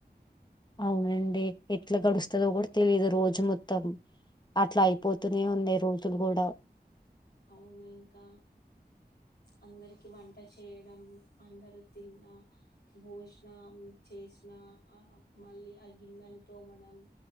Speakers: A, on the left (about 25°); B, on the left (about 70°).
A: అవునండి ఎట్లా గడుస్తదో కూడా తెలిదు రోజు మొత్తం అట్లా అయిపోతూనే ఉంది రోజులు కూడా
B: అవును ఇంకా అందరికి వంట చేయడం అందరూ తిన్న భోజనం చేసిన మళ్ళీ ఆ గిన్నెలు తోమడం